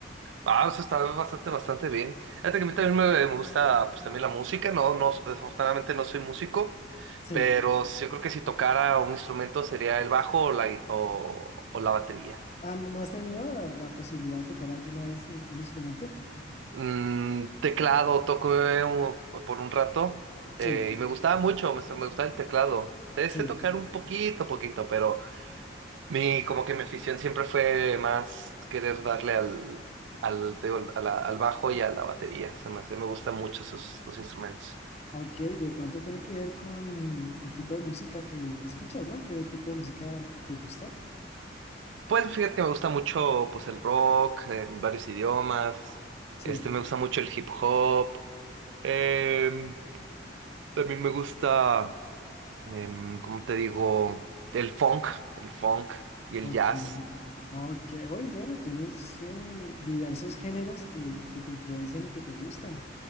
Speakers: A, on the right (about 75°); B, on the left (about 35°).
A: Ah, o sea, está bastante, bastante bien. Fíjate que a mí también me, me gusta, pues, a mí la música, no, no, desafortunadamente no soy músico,
B: Sí.
A: pero sí, yo creo que si tocara un instrumento sería el bajo o la, gui- o, o la batería.
B: Ah, ¿no, no has tenido la, la posibilidad de tocar alguna vez eh, un instrumento?
A: Mm, teclado, toco por un rato eh,
B: Sí,
A: y me gustaba mucho, me, me gustaba el teclado. Sé,
B: sí.
A: sé tocar un poquito, poquito, pero mi, como que mi afición siempre fue más querer darle al, al, te digo, a la- al bajo y a la batería. Se me, hace- me gustan mucho esos los instrumentos.
B: Ok, de pronto tiene que ver con el tipo de música que, que escuchas, ¿no? ¿Qué tipo de música te gusta?
A: Pues fíjate que me gusta mucho pues el rock en varios idiomas.
B: Sí.
A: Este me gusta mucho el hip hop. em, también me gusta, em, ¿cómo te digo? El funk, el funk y
B: Ok,
A: el jazz.
B: ok, oye, bueno, tienes eh, diversos géneros que, que te influencian y que te gustan.